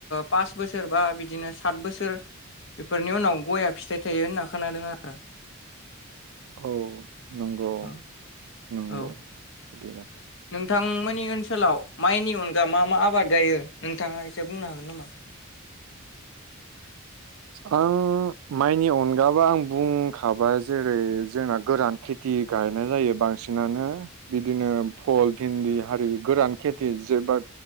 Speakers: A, on the left; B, on the right.
A: पास बोसोर बा बिदिनो सात बोसोर बेफोर बेनि उनाव गया फिथाइ थायो होनना खोनादों आरो
B: औ नंगौ
A: अ
B: नंगौ
A: औ
B: <unintelligible>
A: नोंथां मोनि ओनसोलाव माइनि अनगा मा मा आबाद गायो नोंथाङा एसे बुंनो हागोन नामा
B: आं माइनि अनगाबा आं बुंखाबाय जेरै जोंना गोरान खेथि गायनाय जायो बांसिनानो बिदिनो फल भिन्दि हारि गोरान खेथि जेबा